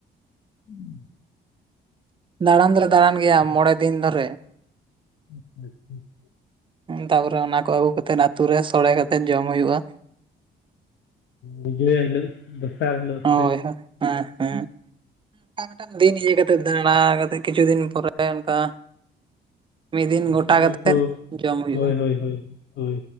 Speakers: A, on the left; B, on the right.
A: ᱦᱮᱸ <unintelligible>
B: ᱫᱟᱬᱟᱱ ᱫᱚᱞᱮ ᱫᱟᱬᱟᱱ ᱜᱮᱭᱟ ᱢᱚᱬᱮ ᱫᱤᱱ ᱫᱷᱚᱨᱮ
A: ᱟᱪᱪᱷᱟ ᱟᱪᱪᱷᱟ <unintelligible>
B: ᱛᱟᱯᱚᱨᱮ ᱚᱱᱟ ᱠᱚ ᱟᱹᱜᱩ ᱠᱟᱛᱮᱜ ᱟᱛᱩ ᱨᱮ ᱥᱚᱲᱮ ᱠᱟᱛᱮᱜ ᱡᱚᱢ ᱦᱩᱭᱩᱜᱼᱟ
A: ᱵᱤᱡᱚᱭᱟ ᱦᱤᱞᱳᱜ ᱫᱚᱥᱟᱨ ᱦᱤᱞᱳᱜ
B: ᱦᱳᱭ
A: ᱥᱮᱫ
B: ᱦᱳᱭ ᱦᱮᱸ ᱦᱮᱸ ᱢᱤᱫᱴᱟᱝ ᱫᱤᱱ ᱤᱭᱟᱹ ᱠᱟᱛᱮ ᱫᱟᱬᱟ ᱠᱟᱛᱮ ᱠᱤᱪᱷᱩ ᱫᱤᱱ ᱯᱚᱨᱮ ᱚᱱᱠᱟ ᱢᱤᱫ ᱫᱤᱱ ᱜᱚᱴᱟ
A: ᱥᱚᱢᱚᱭ
B: ᱠᱟᱛᱮᱫ
A: ᱠᱚ
B: ᱡᱚᱢ ᱦᱩᱭᱩᱜᱼᱟ
A: ᱦᱳᱭ ᱦᱳᱭ ᱦᱚᱭ